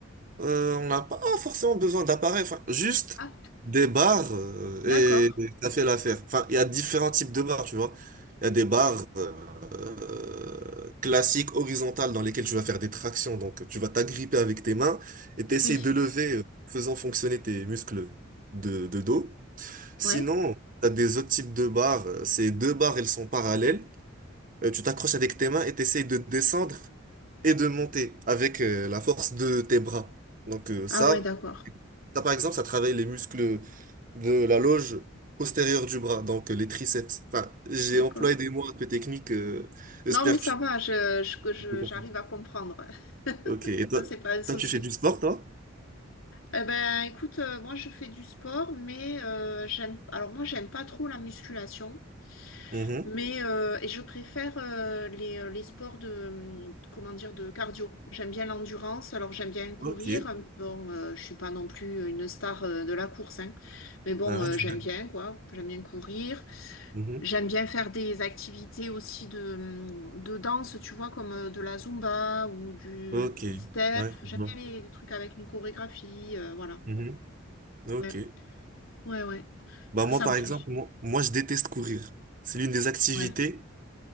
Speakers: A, on the right (about 40°); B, on the left (about 80°).
A: Euh, on n'a pas forcément besoin d'appareils, enfin, juste
B: Ah,
A: des barres euh,
B: d'accord.
A: et et ça fait l'affaire. Enfin, il y a différents types de barres, tu vois. Il y a des barres euh, classiques, horizontales, dans lesquelles tu vas faire des tractions. Donc, tu vas t'agripper avec tes mains et t'essayes
B: Oui,
A: de lever, euh, faisant fonctionner tes muscles de, de dos. Sinon,
B: ouais.
A: tu as des autres types de barres. Ces deux barres, elles sont parallèles. Euh, tu t'accroches avec tes mains et t'essayes de descendre et de monter avec euh, la force de tes bras. Donc euh, ça,
B: Ah ouais, d'accord.
A: ça par exemple, ça travaille les muscles de la loge postérieure du bras, donc euh, les triceps. Enfin, j'ai
B: D'accord.
A: employé des mots un peu techniques, euh, j'espère
B: Non, mais
A: que
B: ça
A: tu
B: va, je, je- que je-
A: tu comprends.
B: j'arrive à comprendre. <laughs>
A: Ok, et
B: Ça,
A: toi,
B: c'est pas un souci.
A: toi, tu fais du sport, toi?
B: Eh ben, écoute, euh, moi, je fais du sport, mais euh, j'aime... Alors, moi, j'aime pas trop la musculation.
A: Mhm.
B: Mais euh, et je préfère euh, les, euh, les sports de, hum, de- comment dire, de cardio. J'aime bien l'endurance, alors j'aime bien courir.
A: Ok.
B: Bon, euh, je suis pas non plus une star euh, de la course, hein. Mais bon,
A: Ah.
B: euh,
A: <laughs>
B: j'aime bien, quoi. J'aime bien courir.
A: Mhm.
B: J'aime bien faire des activités aussi de, hum, de danse, tu vois, comme euh, de la Zumba ou du,
A: Ok.
B: du step.
A: Ouais.
B: J'aime
A: je vois.
B: bien les, les trucs avec une chorégraphie, euh, voilà.
A: Mhm. Ok.
B: Ouais, ouais, ouais.
A: Bah
B: Ça,
A: moi,
B: ça
A: par
B: me plaît.
A: exemple, moi, moi, je déteste courir. C'est l'une des activités
B: Ouais,